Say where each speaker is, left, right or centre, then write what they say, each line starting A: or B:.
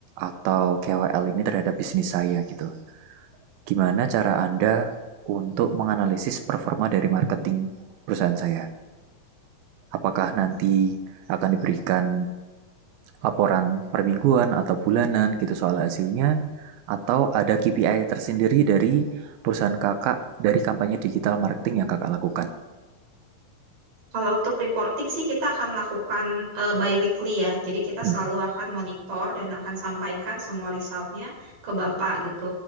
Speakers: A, on the right; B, on the right.
A: atau KOL ini terhadap bisnis saya gitu. Gimana cara Anda untuk menganalisis performa dari marketing perusahaan saya? Apakah nanti akan diberikan laporan per mingguan atau bulanan gitu soal hasilnya atau ada KPI tersendiri dari perusahaan kakak dari kampanye digital marketing yang kakak lakukan.
B: Kalau untuk reporting sih kita akan lakukan eh, bi-weekly ya. Jadi kita
A: Hmm,
B: selalu akan monitor dan akan sampaikan semua resultnya ke Bapak gitu.